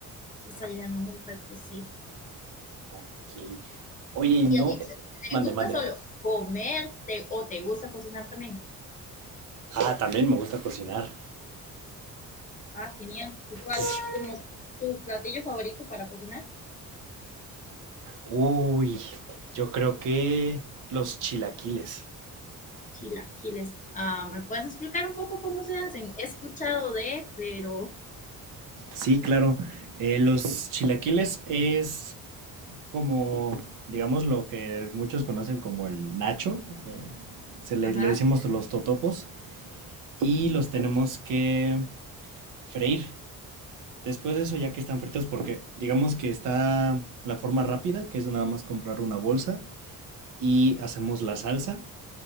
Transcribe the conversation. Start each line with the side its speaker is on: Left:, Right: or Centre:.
Left: Está lloviendo muy fuerte, sí.
Right: Ok. Oye, y no.
Left: ¿Y a ti te
Right: Mande,
Left: gusta
Right: mande.
Left: solo comerte o te gusta cocinar también?
Right: Ah, también me gusta cocinar.
Left: Ah, genial. ¿Y ¿Cuál
Right: <laughs>
Left: como tu platillo favorito para cocinar?
Right: Uy, yo creo que los chilaquiles.
Left: Chilaquiles. Ah, ¿me puedes explicar un poco cómo se hacen? He escuchado de, pero,
Right: Sí, claro. Eh, los chilaquiles es como, digamos, lo que muchos conocen como el nacho. eh, se le,
Left: ajá.
Right: le decimos los totopos. Y los tenemos que freír. Después de eso, ya que están fritos, porque digamos que está la forma rápida, que es nada más comprar una bolsa y hacemos la salsa.